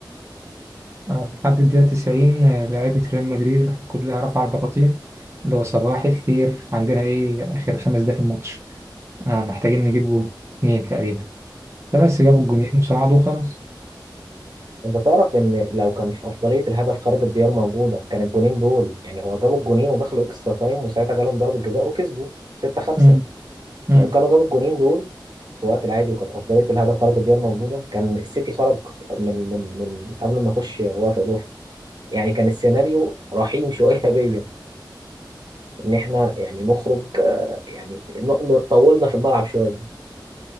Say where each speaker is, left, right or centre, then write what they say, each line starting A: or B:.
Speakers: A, on the right; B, on the right.
A: آه، لحد الدقيقة 90 آه، لعيبة ريال مدريد راح كلها رفع البطاطين اللي هو صباح الخير عندنا إيه آخر خمس دقايق في الماتش آه محتاجين نجيب جون اتنين تقريبا فبس جابوا الجونين وصعدوا وخلاص
B: انت تعرف ان لو كانش افضليه الهدف خارج الديار موجوده كان الجونين دول يعني هو جابوا الجونين ودخلوا اكسترا تايم وساعتها جالهم ضربه جزاء وكسبوا 6 5
A: امم امم
B: لو كانوا جابوا الجونين دول في وقت العادي وكانت افضليه الهدف خارج الديار موجوده كان السيتي خرج من من من قبل ما يخش وقت اضافي يعني كان السيناريو رحيم شويه <laughs> بيا ان احنا يعني نخرج آه، يعني ن- ن- طولنا في الملعب شويه